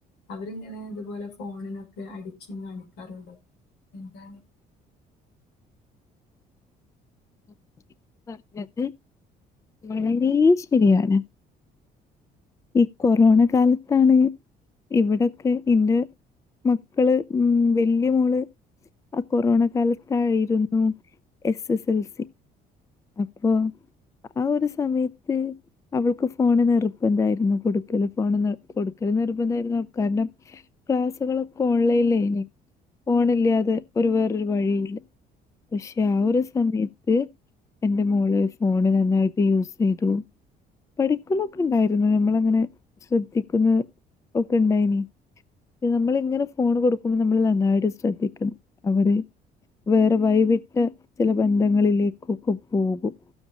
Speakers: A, on the left; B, on the left.
A: അവരിങ്ങനെ ഇത്പോലെ ഫോണിനൊക്കെ അഡിക്ഷൻ കാണിക്കാറുണ്ടോ എന്താണ്
B: <inaudible> പറഞ്ഞത് വളരേ ശെരിയാണ് ഈ കൊറോണ കാലത്താണ് ഇവടെക്കെ ഇന്റെ മക്കള് ഉം വെല്ല്യമോള് ആ കൊറോണ കാലത്തായിരുന്നു എസ് എസ് എൽ സി അപ്പോ ആ ഒരുസമയത്ത് അവൾക്ക് ഫോണ് നിർബന്താ ഇങ്ങ കൊടുക്കല് ഫോണ്ന്ന് കൊടുക്കല് നിർബന്തായിരുന്നു അപ്കാര്നം ക്ലാസ്സുകളൊ ഒക്കെ ഓൺലൈൻ ലൈനി ഫോണ് ഇല്ലാതെ ഒരു വേറൊരു വഴിയില്ല പക്ഷെ ആ ഒരു സമയത്ത് എന്റെ മോള് ഫോണ് നന്നായിട്ട് യൂസ് ചെയ്തു പഠിക്കുന്നൊക്കെ ഉണ്ടായിരുന്നു പിന്നെ നമ്മള അങ്ങനെ ശ്രദ്ധിക്കുന്ന ഒക്കെ ഇണ്ടായ്നി നമ്മളിങ്ങനെ ഫോൺ കൊടുക്കുമ്പോ നമ്മള് നന്നായിട്ട് ശ്രദ്ധിക്കണം അവര് വേറെ വൈവിട്ട ചെല ബന്ധങ്ങളിലേക്കൊക്കെ പോകും